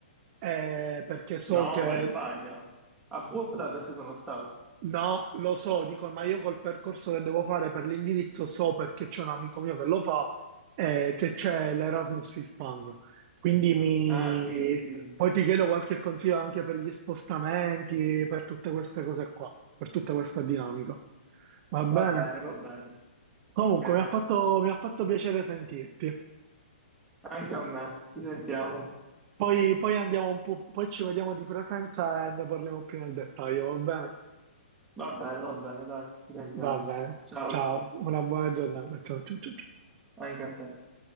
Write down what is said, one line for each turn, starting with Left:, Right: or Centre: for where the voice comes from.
Right: eh, perché so
Centre: No,
Right: che
Centre: qual è Spagna? A Budapest sono stato.
Right: No, lo so, dico, ma io col percorso che devo fare per l'indirizzo so perché c'è un amico mio che lo fa e che c'è l'Erasmus in Spagna. Quindi mi...
Centre: Ah, sì, sì.
Right: poi ti chiedo qualche consiglio anche per gli spostamenti, per tutte queste cose qua, per tutta questa dinamica. Va bene.
Centre: Va bene, va bene.
Right: Comunque,
Centre: Ok.
Right: mi ha fatto, mi ha fatto piacere sentirti.
Centre: Anche a me, ci sentiamo.
Right: Poi, poi andiamo un po', poi ci vediamo di presenza e ne parliamo più nel dettaglio, va bene?
Centre: Va bene, va bene, dai, ci sentiamo.
Right: Va bene.
Centre: Ciao,
Right: Ciao, una buona giornata. Ciao, ciao, ciao. ciao.
Centre: anche a te.